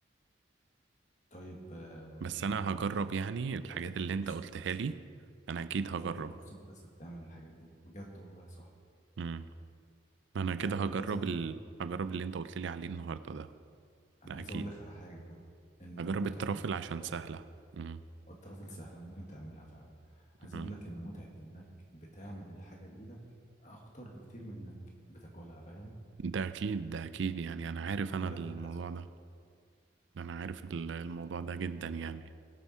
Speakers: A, on the left; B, on the right.
A: طيب آه،
B: بس
A: انا
B: انا هجرب
A: عايز اديك
B: يعني الحاجات
A: عايز اديك
B: اللي
A: كورس
B: انت قلتها
A: مكثف
B: لي انا اكيد
A: عايز
B: هجرب
A: اديك كورس مكثف تعمل الحاجات دي بجد والله صح
B: امم انا
A: انت
B: كده
A: ل-
B: هجرب
A: لازم
B: ال... هجرب اللي انت قلت لي عليه النهاردة ده
A: انا
B: ده
A: عايز
B: اكيد
A: اقول لك على حاجه كمان انت
B: هجرب
A: متعه
B: الترافل
A: ان انت
B: عشان
A: بتعمل
B: سهلة امم
A: او الطرف السهله ممكن تعملها فعلا عايز
B: امم
A: اقول لك ان متعه انك بتعمل الحاجه بايدك اكتر بكتير من انك بتاكلها فاهم
B: ده اكيد ده اكيد يعني انا عارف
A: انا بقول
B: انا الموضوع
A: لك انت لازم تجرب
B: ده انا عارف ال- الموضوع ده جدا يعني